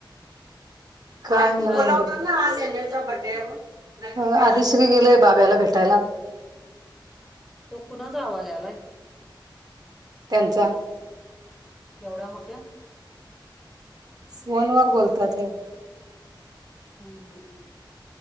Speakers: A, on the right; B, in the centre.
A: काय
B: पोरं
A: नाय! <unintelligible> आधी श्री गेले बाब्याला भेटायला.
B: तो कुणाचा आवाज यायलाय?
A: त्यांचा!
B: एवढा मोठ्या
A: फोनवर बोलतात हे!
B: हूं हूं